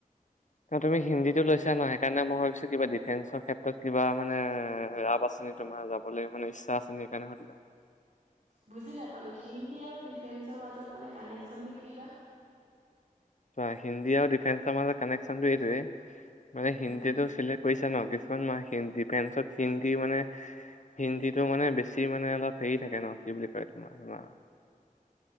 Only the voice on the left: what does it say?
তুমি হিন্দীটো লৈছা ন সেইকাৰণেই ভাবিছোঁ কিবা দিফেন্সৰ ক্ষেত্ৰত কিবা মানে ৰাপ আছে নি তোমাৰ যাবলৈ মানে ইচ্ছা আছে নি সেইকাৰণে সুধিলো
ত হিন্দী আৰু ডিফেন্সৰ মাজত কানেকশচনতটো এইটোয়ে মানে হিন্দীটো
চিল কৰিছা ন কিছুমান মই ডিফেন্সত হিন্দী মানে হিন্দীটো মানে বেছি মানে অলপ হেৰি থাকে ন কি বুলি কয় তোমাৰ তোমাৰ